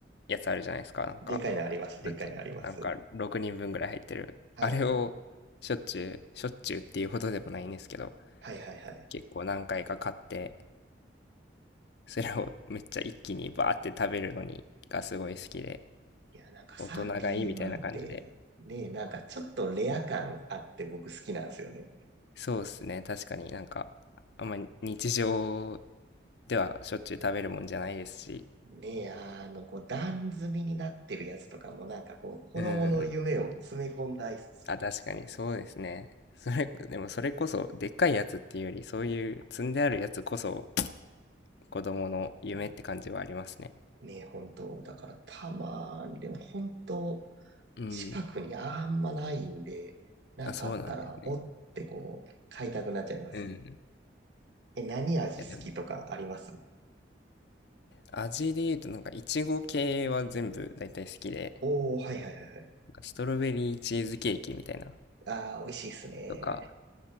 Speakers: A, on the left; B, on the right.
A: やつあるじゃないですか。なんか、
B: でかいのあります、でかいのあります。
A: なんていうのなんか6人分ぐらい入ってる。
B: はい。
A: あれをしょっちゅう、しょっちゅうっていうほどでもないんですけど、
B: はいはいはい。
A: 結構何回か買って、それをめっちゃ一気にバーって食べるのにがすごい好きで、
B: いや、なんかサーティワンって、
A: 大人がいいみたいな感じで
B: ね、なんかちょっとレア感あって僕好きなんですよね。
A: そうですね。確かになんか、あんまり日常ではしょっちゅう食べるもんじゃないですし。
B: ねえ、あの、こう、段積みになってるやつとかも、なんかこう、子供の夢を詰め込んだアイスですよね。
A: うん。あ、確かにそうですね。それ、でもそれこそ、でっかいやつっていうより、そういう積んであるやつこそ、子供の夢って感じはありますね。
B: ねえ、本当だからたまに、でも本当
A: うん。
B: 近くにあんまないんで、なんかあったら、
A: あ、そうなんですね。
B: おってこう、買いたくなっちゃいます。
A: うん。い
B: え、何味好きとかあります
A: や、でも、味で言うと、なんか、いちご系は全部大体好きで、
B: おー、はいはいはいはい。
A: なんかストロベリーチーズケーキみたいな、
B: あー、美味しいっすね。
A: とか、